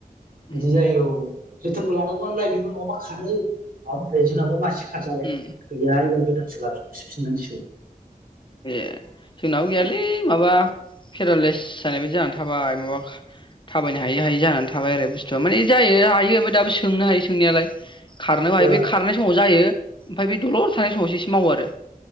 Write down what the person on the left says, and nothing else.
उम
उम
ए जोंनाबो गैयालै माबा पेरालाइस जानाय बादि जानानै थाबाय, माबा थाबायनो हायै हायै जानानै थाबाय आरो बुस्थुआ माने जायो हायो ओमफ्राय दाबो सोंनो हायो सोंनायालाय। खारनोबो हायो
बे खारनाय समाव जायो। ओमफाय बे दलर थानाय समावसो एसे मावो आरो